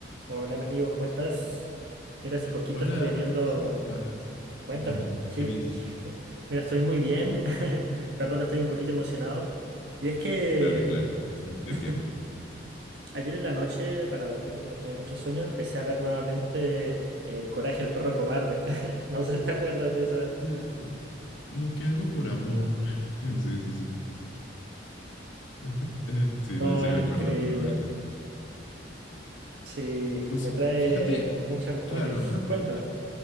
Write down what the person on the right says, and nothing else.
Hola, mi amigo, ¿cómo estás? Mira, hace poquito
estuve viendo...
Cuéntame,
sí.
<laughs> Mira, estoy muy bien. <laughs> Perdón, estoy un poquito emocionado. Y es que
<laughs>
ayer en la noche, para dormir porque no tenía mucho sueño, empecé a ver nuevamente eh, Coraje el perro cobarde. <laughs> No sé si te acuerdas de esa.
<laughs>
No,
increíble.
Sí,
me trae
muchas memorias.
Cuéntame.